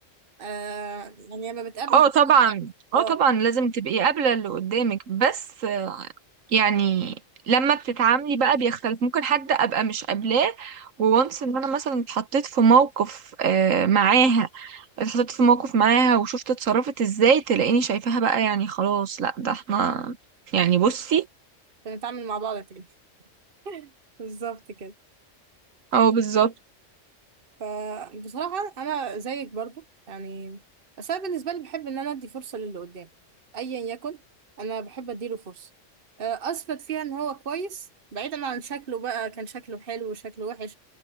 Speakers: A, on the right (about 45°); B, on the right (about 80°).
A: آه يعني لما بتقابلي
B: اه طبعا
A: اه
B: اه طبعا لازم تبقي قابلة اللي قدامك بس آه، يعني لما بتتعاملي بقى بيختلف ممكن حد ابقى مش قابلاه وونس ان انا مثلا اتحطيت في موقف آه معاها اتحطيت في موقف معاها وشفت اتصرفت ازاي تلاقيني شايفاها بقى يعني خلاص لا ده احنا يعني بصي
A: بنتعامل مع بعض تاني <laughs> بالظبط كده
B: اه بالظبط
A: فبصراحة أنا زيك برضو يعني بس أنا بالنسبة لي بحب إن أنا أدي فرصة للي قدام أيا يكن أنا بحب أديله فرصة آه، أثبت فيها إن هو كويس بعيدا عن شكله بقى كان شكله حلو وشكله وحش